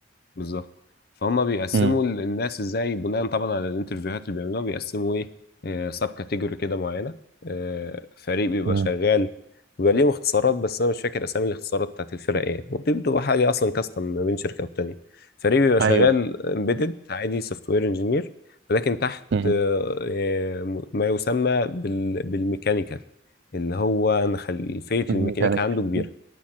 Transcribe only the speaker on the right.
مم.
مم.
ايوه
مم.
ميكانيك
مم.